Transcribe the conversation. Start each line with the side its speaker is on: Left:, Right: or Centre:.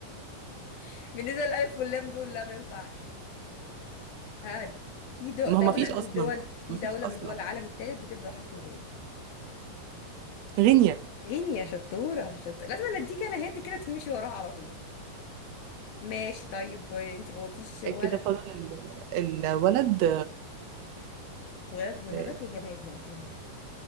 Left: <laughs> بالنسبة للألف واللام دول لا ما ينفعش هاد في دو
Right: ما
Left: دولة
Right: هو ما فيش أصلا
Left: من دول في
Right: ما فيش
Left: دولة
Right: أصلا
Left: من دول العالم الثالث بتبدأ بحرف الغين
Right: غينيا
Left: غين يا شطورة شطورة لازم انا اديك انا هنت كده تمشي وراها على طول ماشي طيب انت ما قلتيش ولد
Right: آه، كده فضل ال- الولد
Left: ولد ونبات
Right: آه،
Left: وجماد ما قلتيهمش